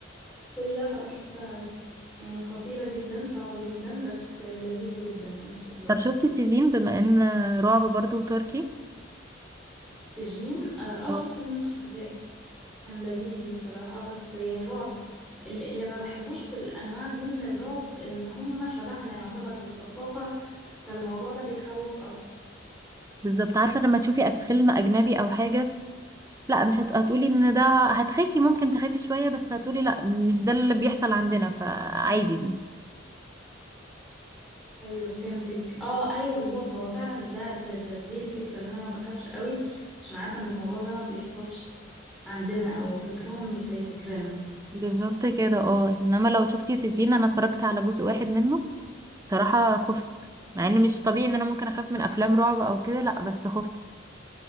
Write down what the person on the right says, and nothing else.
طب شفتي سيزين بما ان رعب برضو تركي
اه
بالظبط عارفة لما تشوفي أف- فيلم اجنبي او حاجة لا مش هت... هتقولي ان ده هتخافي ممكن تخافي شوية بس هتقولي لا مش ده اللي بيحصل عندنا فعادي مش
بالظبط كده اه انما لو شفتي سجين انا اتفرجت على جزء واحد منه بصراحة خفت مع ان مش طبيعي ان انا ممكن اخاف من افلام رعب او كده لا بس خفت